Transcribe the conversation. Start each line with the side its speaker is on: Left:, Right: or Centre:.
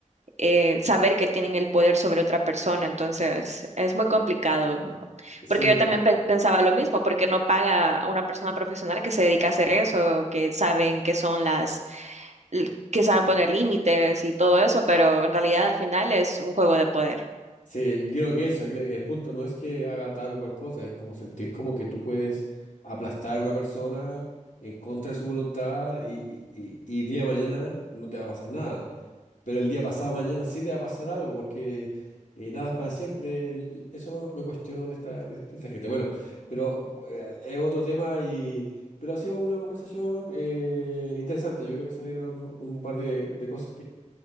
Right: eh, saber que tienen el poder sobre otra persona. Entonces, es muy complicado.
Left: Sí,
Right: Porque yo también pe- pensaba lo mismo, porque no paga a una persona profesional que se dedica a hacer eso, que saben que son las, l- que saben poner límites y todo eso, pero en realidad al final es un juego de poder.
Left: Sí, creo que eso, que el punto no es que haga tal o cual cosa, es como sentir como que tú puedes aplastar a una persona en contra de su voluntad y, y, y, y día de mañana no te va a pasar nada, pero el día pasado mañana sí te va a pasar algo porque eh, nada es para siempre, y eso me cuestiono de esta, de esta, de esta gente. Bueno, pero eh, es otro tema y... Pero ha sido una conversación eh, interesante, yo creo que salieron un par de, de cosas